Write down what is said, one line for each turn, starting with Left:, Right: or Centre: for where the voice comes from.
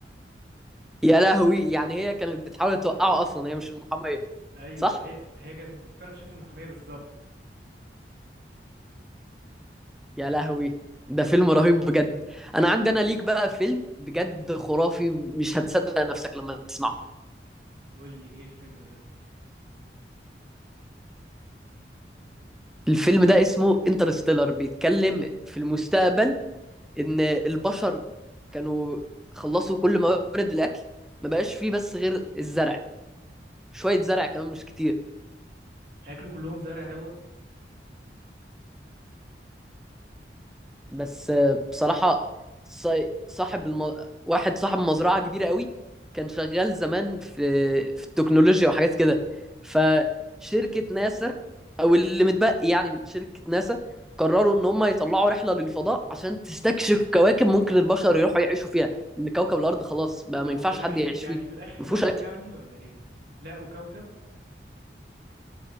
Centre: يا لهوي يعني هي كانت بتحاول توقعه اصلا هي مش المحاميه
Right: ايوه
Centre: صح
Right: هي هي كانت مفكرة في شكل المحامية بالظبط
Centre: يا لهوي ده فيلم رهيب بجد انا عندي انا ليك بقى فيلم بجد خرافي مش هتصدق نفسك لما تسمعه
Right: قول لي ايه الفيلم ده
Centre: الفيلم ده اسمه انترستيلر بيتكلم في المستقبل ان البشر كانوا خلصوا كل موارد الاكل ما بقاش فيه بس غير الزرع شويه زرع كمان مش كتير
Right: هياكلوا كلهم زرع دوا
Centre: بس آه، بصراحة ص- صاحب الم... واحد صاحب مزرعة كبيرة قوي كان شغال زمان في في التكنولوجيا وحاجات كده فشركة ناسا أو اللي متبقي يعني من شركة ناسا قرروا إن هم يطلعوا رحلة للفضاء عشان تستكشف كواكب ممكن البشر يروحوا يعيشوا فيها إن كوكب الأرض خلاص بقى
Right: طب
Centre: ما ينفعش
Right: وفي الاخر
Centre: حد يعيش
Right: يعني
Centre: فيه
Right: في الاخر
Centre: ما فيهوش
Right: لقوا
Centre: أكل
Right: يعني ولا ايه لقوا كوكب